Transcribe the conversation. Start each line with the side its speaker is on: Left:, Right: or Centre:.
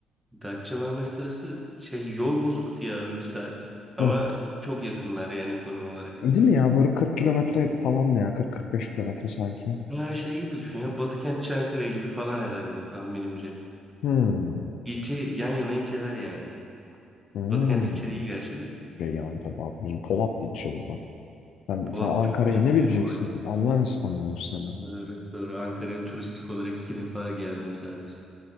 Centre: Datça Marmaris arası şey yol bozuk diye abi bir saat. Ama
Left: Hı hı.
Centre: çok yakınlar yani konum olarak.
Left: Değil mi ya? Böyle 40 kilometre falan mı ya? 40-45 kilometre sanki.
Centre: Ha şey gibi düşün ya Batıkent Çankaya gibi falan herhalde tahminimce.
Left: Hmm.
Centre: İlçe yan yana ilçeler yani.
Left: Hmm.
Centre: Batıkent ilçe değil gerçi de.
Left: Şey yani tabii abi bizim Polatlı içi burada. Sen,
Centre: Polatlı
Left: sen Ankara'yı
Centre: çok uzak
Left: ne bileceksin?
Centre: yani o ayrı.
Left: Allah'ın İstanbul'u sana.
Centre: Doğru, doğru. Ankara'ya turistik olarak iki defa geldim sadece.